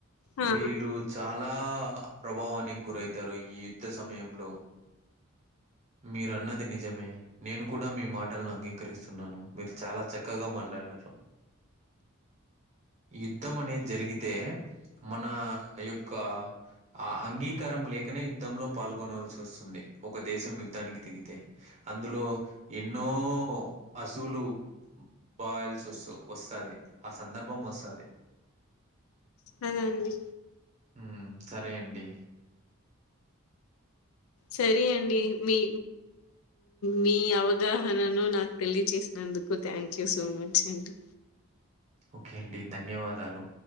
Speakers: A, on the left (about 75°); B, on the right (about 30°).
A: ఆ!
B: వీళ్ళు చాల చాలా ప్రభావానికి గురైతారు ఈ యుద్ధ సమయంలో మీరు అన్నది నిజమే నేను కూడా మీ మాట. టలంగి అంగీకరిస్తున్నాను. మీరు చాలా చక్కగా మాట్లాడారు. యుద్ధం అనేది జరిగితే మన యొక్క అ అంగీకారం లేకనే యుద్ధంలో పాల్గొనాల్సి వస్తుంది ఒక దేశం యుద్ధానికి దిగితే అందులో. ఏ ఎన్నో అశువులు బాయిల్స్ వస్తు వస్తుది ఆ సందర్భం వస్తాది.
A: అదండి.
B: ఉ సరే అండి.
A: సరే అండి మీ మీ అవగాహనను నాకు తెలియచేసినందుకు థ్యాంక్ యూ సో మచ్ అండి.
B: ఒకే అండి ధన్యవాదాలు.